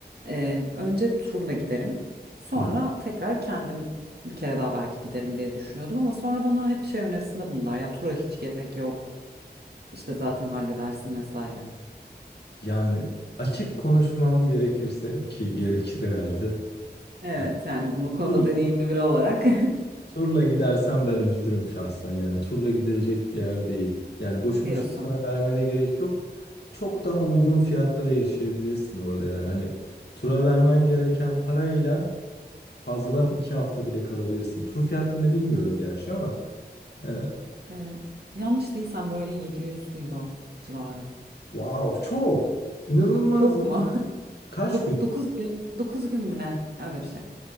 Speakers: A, on the right; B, on the left.
A: Ee, önce turla giderim. Sonra
B: Hı hı.
A: tekrar kendim bir kere daha belki giderim diye düşünüyordum ama sonra bana hep şey önerisinde bulundular. Ya tura hiç gerek yok. İşte zaten halledersin vesaire.
B: Yani açık konuşmam gerekirse ki gerekir herhalde.
A: Evet
B: Yani
A: yani bunu konuda
B: turla,
A: deneyimli biri olarak
B: turla gidersen ben üzülürüm şahsen. Yani turla gidilecek bir yer değil. Yani boşu
A: <laughs> diyorsun.
B: boşuna para vermene gerek yok. Çok daha uygun fiyatlara yaşayabilirsin orada yani. Hani tura vermen gereken parayla fazladan iki hafta bile kalabilirsin. Tur fiyatlarını bilmiyorum gerçi ama e,
A: Ee, yanlış değilsem böyle 700 euro civarı.
B: wow çok inanılmaz.
A: Çok mu?
B: Kaç
A: <laughs>
B: gün?
A: 9 gün 9 gün mü ne? Öyle bir şey.